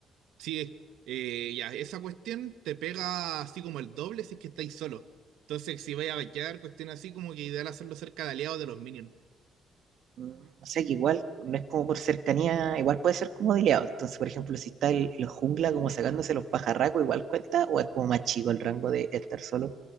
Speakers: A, on the right (about 80°); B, on the right (about 70°).
A: Sí, eh, ya, esa cuestión te pega así como el doble si es que estáis solo. Entonces, si vais a vaquear, cuestión así como que ideal hacerlo cerca de aliados de los minions.
B: Mm, O sea que igual no es como por cercanía, igual puede ser como dileado. Entonces, por ejemplo, si está el, el jungla como sacándose los pajarracos, igual cuenta, o es como más chico el rango de estar solo.